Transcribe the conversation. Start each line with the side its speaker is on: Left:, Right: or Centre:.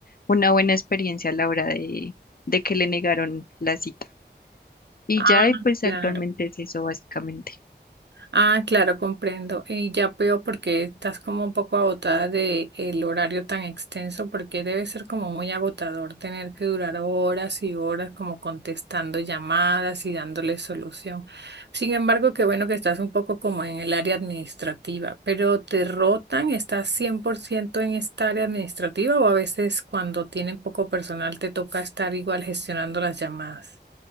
Left: una buena experiencia a la hora de, de que le negaron la cita. Y
Right: Ah,
Left: ya, y pues
Right: claro.
Left: actualmente es eso básicamente.
Right: Ah, claro, comprendo. Y ya veo por qué estás como un poco agotada de el horario tan extenso, porque debe ser como muy agotador tener que durar horas y horas como contestando llamadas y dándole solución. Sin embargo, qué bueno que estás un poco como en el área administrativa, pero ¿te rotan? ¿Estás 100% en esta área administrativa o a veces cuando tienen poco personal te toca estar igual gestionando las llamadas?